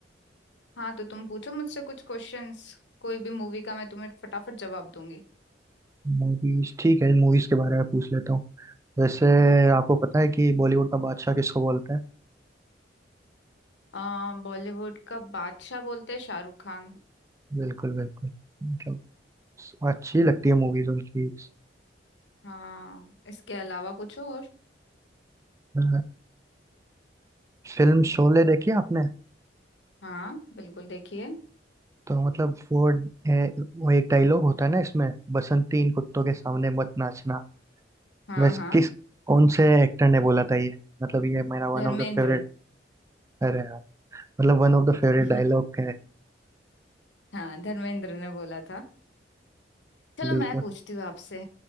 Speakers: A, on the left; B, on the right.
A: हाँ तो तुम पूछो मुझसे कुछ क्वेश्चंस कोई भी मूवी का मैं तुम्हें फटाफट जवाब दूंगी
B: मूवीज ठीक है मूवीज के बारे में पूछ लेता हूँ वैसे आपको पता है कि बॉलीवुड का बादशाह किसको बोलते हैं
A: आ, बॉलीवुड का बादशाह बोलते हैं शाहरुख खान
B: बिल्कुल बिल्कुल मतलब अच्छी लगती है मूवीज उनकी
A: हाँ इसके अलावा पूछो और
B: अ, फिल्म शोले देखी आपने
A: हाँ बिल्कुल देखिए
B: तो मतलब वो ए, वो एक डायलॉग होता है ना इसमें बसंती इन कुत्तों के सामने मत नाचना
A: हाँ
B: वैसे
A: हाँ
B: किस कौन से एक्टर ने बोला था ये मतलब ये मेरा वन
A: धर्मेंद्र
B: ऑफ द फेवरेट है मतलब one of the favourite
A: <laughs>
B: dialogue है
A: हाँ धर्मेंद्र ने बोला था चलो
B: बिल्कुल
A: मैं पूछती हूँ आपसे